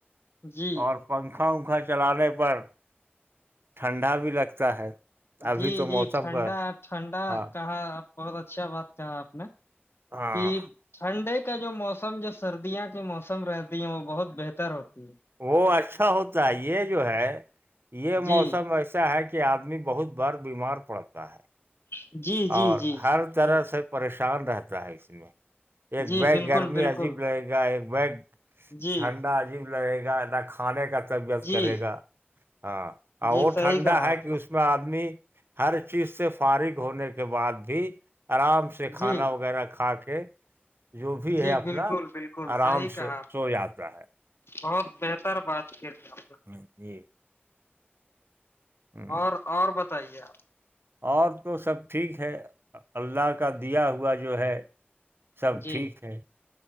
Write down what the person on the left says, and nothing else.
جی
جی
جی ٹھنڈا
ٹھنڈا
کہا بہت اچھا بات کہا آپ نے
ج ٹھنڈے کا جو موسم جو سردیاں کے موسم رہتی ہیں وہ بہت بہتر ہوتی ہے
جی
جی جی
جی
جی
جی
جی
بالکل
بالکل
جی
جی
جی
صحیح
کہا
آپ
نے
جی
جی
بالکل بالکل
صحیح کہا
بہت بہتر ر بات کے لیے
اور اور بتائیے آپ
جی